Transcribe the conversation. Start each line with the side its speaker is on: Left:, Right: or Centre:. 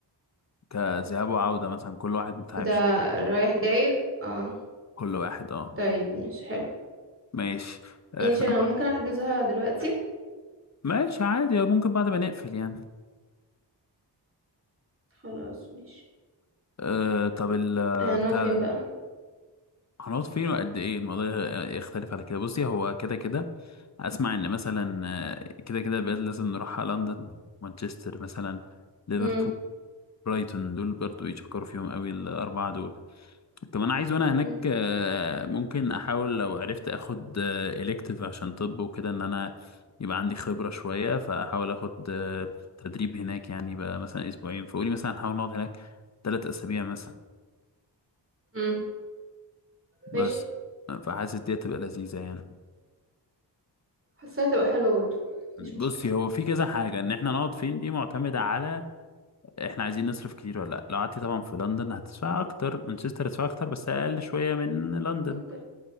Left: كذهاب وعودة مثلا كل واحد بتاع
Right: ده
Left: عشرين
Right: رايح جاي اه
Left: كل واحد اه
Right: طيب ماشي حلو
Left: ماشي آه،
Right: ماشي
Left: احنا
Right: انا ممكن احجزها دلوقتي
Left: ماشي عادي ممكن بعد ما نقفل يعني
Right: خلاص ماشي
Left: آه طب ال
Right: آه نقعد
Left: بتاع
Right: فين
Left: ده
Right: بقى
Left: هنقعد فين وقد ايه الموضوع يختلف على كده بصي هو كده كده اسمع ان مثلا آه، كده كده بقى لازم نروح على لندن مانشستر مثلا ليفربول
Right: مم.
Left: برايتون دول برضو يشكروا فيهم قوي الاربعه دول كمان عايز وانا هناك
Right: مم.
Left: آه، ممكن احاول لو عرفت اخد الكتيف عشان طب وكده ان انا يبقى عندي خبره شويه فاحاول اخد آه، تدريب هناك يعني بقى مثلا اسبوعين فقولي مثلا هنحاول نقعد هناك ثلاث اسابيع مثلا
Right: مم.
Left: بس
Right: ماشي
Left: فحاسس دي هتبقى لذيذه يعني
Right: حاساها تبقى حلوة برضه مفيش
Left: بصي
Right: مشكلة
Left: هو في كذا حاجة ان احنا نقعد فين دي معتمدة على احنا عايزين نصرف كتير ولا لا لو قعدتي طبعا في لندن هتدفع اكتر مانشستر هتدفع اكتر بس اقل شوية من لندن
Right: ممكن